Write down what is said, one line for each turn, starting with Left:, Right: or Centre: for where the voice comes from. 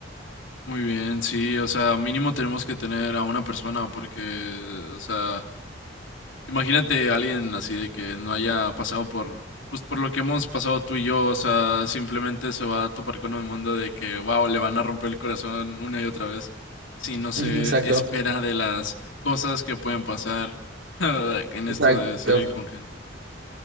Left: Muy bien, sí, o sea, mínimo tenemos que tener a una persona porque, o sea, imagínate a alguien así de que no haya pasado por, pues por lo que hemos pasado tú y yo, o sea, simplemente se va a topar con un mundo de que, wow, le van a romper el corazón una y otra vez si no se
Right: Ujú, Exacto,
Left: espera de las cosas que pueden pasar <laughs> en
Right: exacto.
Left: esto de salir con gente.